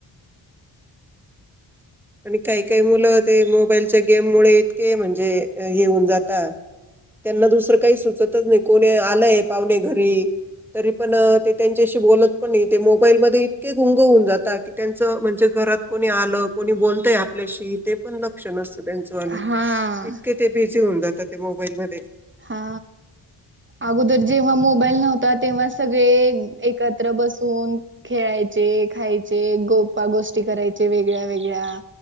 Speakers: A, in the centre; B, on the right.
A: आणि काही काही मुलं ते मोबाईलच्या गेम मु इतके म्हणजे हेऊन जाता त्यांना दुसरं काही सुचतच नाही कोणी आलंय पाहुणे घरी तरी पण ते त्यांच्याशी बोलत पण ते मोबाईलमध्येध्ये इतके गुंग होन जातात की त्यांच म्हणजे घरात कोणी आलं कोणी बोलतय आपल्याशी ते पण लक्ष नसत त्यांच वालं
B: हा
A: इतके ते ब ऊन जातात ते मोबाईल म
B: हा अगोदर जेव्हा मोबाईल नव्हता तेव्हा सगळे एकत्र ब बसून खेळायचे खायचे गोपा गोष्टी करायचे वेगळ्या वेगळ्या